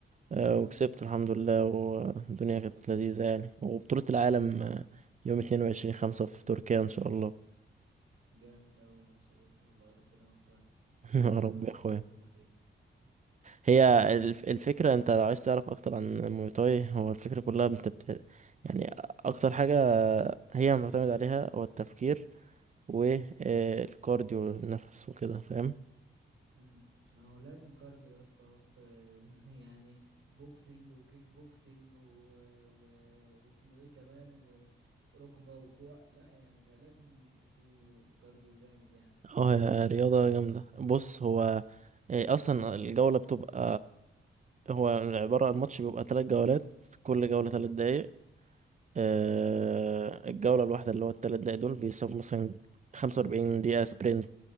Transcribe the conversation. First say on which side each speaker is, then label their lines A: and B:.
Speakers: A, on the right; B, on the right.
A: آه،
B: امم
A: وكسبت الحمد لله والدنيا كانت لذيذة يعني وبطولة العالم آه، يوم اتنين وعشرين خمسة في تركيا إن شاء الله
B: جامد أوي يا صديقي والله ربنا يوفقك
A: <laughs> يا
B: انت
A: رب
B: هتستاهل
A: يا أخويا
B: كل خير
A: هي الف- الفكرة انت لو عايز تعرف اكتر عن الموي تاي هو الفكرة كلها انت بت... يعني اكتر حاجة هي معتمد عليها هو التفكير والكارديو النفس وكده فاهم
B: امم ما هو لازم كارديو يا اسطى وسط <laughs> يعني بوكسنج وكيك بوكسنج و... و... واسمه ايه كمان وركبة وكوع لا يعني بيبقى لازم يبقى في كارديو جامد يعني
A: اه هي رياضة جامدة بص هو إيه، اصلا الجولة بتبقى هو عبارة عن ماتش بيبقى تلات جولات كل جولة تلات دقايق آه،
B: امم
A: الجولة الواحدة اللي هو التلات دقايق دول بيساووا مثلا خمسة وأربعين دقيقة سبرنت